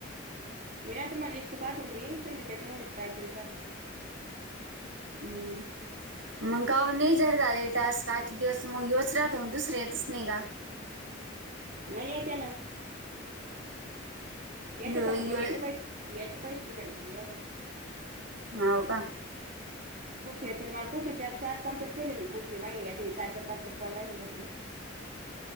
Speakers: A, on the right; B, on the right.
A: मी ना तुम्हाला लिस्ट पाठवून देईन तुम्ही त्याच्यामध्ये ट्रय करत राहल
B: ह मग काऊ नाही जर झाले टास काही दिवस मग योच राहतो मग दुसरं येतच नाही का
A: नाही येत ना याचे
B: यो
A: फक्त
B: यो
A: पण याचे पै याचे पैसे नाही भेटत मग एवढाच
B: होव का
A: पुढची य तने मला पुढची चार चार कंप्ली केली मी पुढची माग या चार चार पाच पाच कॉल राहिलेली हो तिने